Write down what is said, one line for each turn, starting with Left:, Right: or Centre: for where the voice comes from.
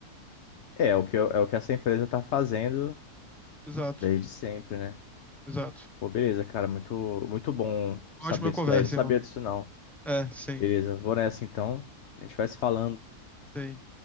Left: É, é o que, eu- é o que essa empresa tá fazendo
Centre: Exato,
Left: desde sempre, né?
Centre: exato.
Left: Pô, beleza, cara. Muito, muito bom
Centre: Ótima
Left: saber
Centre: conversa,
Left: disso daí. Eu não sabia
Centre: irmão.
Left: disso, não.
Centre: É, sim,
Left: Beleza, vou nessa então. A gente vai se falando.
Centre: sim.